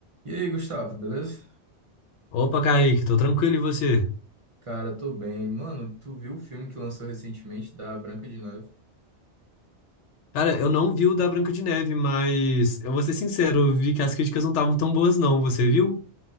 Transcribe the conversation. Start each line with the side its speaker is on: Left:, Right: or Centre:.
Right: E aí, Gustavo, beleza?
Left: Opa, Kaique, tô tranquilo e você?
Right: Cara, tô bem. Mano, tu viu o filme que lançou recentemente da Branca de Neve?
Left: Cara, eu não vi o da Branca de Neve, mas eu vou ser sincero, eu vi que as críticas não estavam tão boas não, você viu?